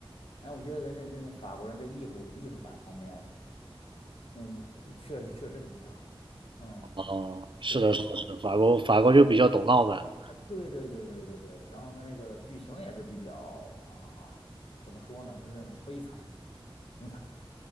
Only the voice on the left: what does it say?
哎，我觉得人家真的法国人这艺术艺术感方面，那我确实确实挺强。嗯，
对
啊，对对对对对对。然后他那个剧情也是比较啊，怎么说呢，是那种悲惨。挺惨。